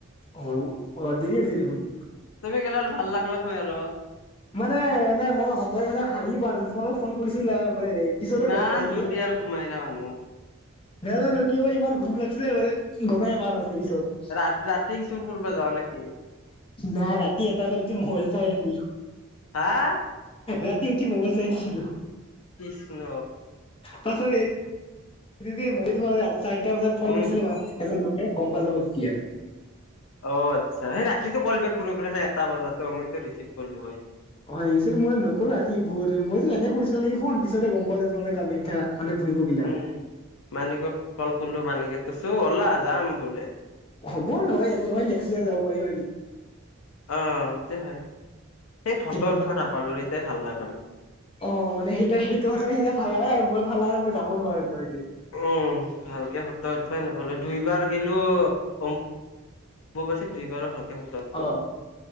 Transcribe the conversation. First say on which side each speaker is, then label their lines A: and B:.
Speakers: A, on the left; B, on the left.
A: অ' অ' দেৰি আছে দে দেখোন।
B: চবে গ'লেলে ভাল লাগলা হয আৰু
A: মানে নাই মই সময় মানে হাৰি পোৱা নাছিলো। তোমালপ ফোন কৰিছিলা। পুৱাই পিছতে
B: ইমান
A: গম পাইছ
B: জল্দি
A: যে।
B: আৰু ঘুমাই না মানুহ
A: নাজানো কি ইমান গৰম লাগিছিলে বে। গোমে বাৰ ন আাছিলো পিছত
B: ৰা
A: <unintelligible> <unintelligible>
B: ৰাতি চুৰ কৰিব যাৱ নেকি
A: নাই ৰাতি এটা বজাত উঠি মই চাই আছিলো।
B: হা
A: ৰাতি উঠি মোবাইল চাই আহিছিলো।
B: কৃষ্ণ
A: পাছ এই যে যে মই তোম গা চাৰিটা বজাত ফোন
B: উম
A: কৰিছিলো। এজন লোকে গম পালো হয় তেতিয়া।
B: অ' আচ্ছা সেই ৰাতিটো কল বেক কৰিব। এটা বজাতো মইো ৰিচিভ কৰিলো হয়।
A: হয় এক্সলি মই নকৰো। ৰাতি বহুত মইতো এনে কৰিছিলা নেকি ফোন পিছতে গম পাওঁ যে তোমালোক কামাখ্যা মানে ঘুৰিব গিলা
B: উম মানিক কল কৰিলো। মানিকেতো চো হ'লা যাম বোলে
A: হ'ব নহয় একো নহয় নেক্সট ইয়াৰ যাব পাৰিম।
B: অ' <inaudible> সেটোয় হয় সেই ফটো
A: এইবাৰ
B: উঠোৱা নাপালো এতিয়াই ভাল নালাগে।
A: অ' মানে সেই সেইটো কাৰণে সেইয়াভাল আৰু মই ভাল আৰু মই যাব নোৱাৰি
B: উম ভালকে ফটোহ উঠুৱাই নাপালো। দুইবাৰ গিলো উপবাসী দুইবাৰো ভালকে পাতে।
A: অ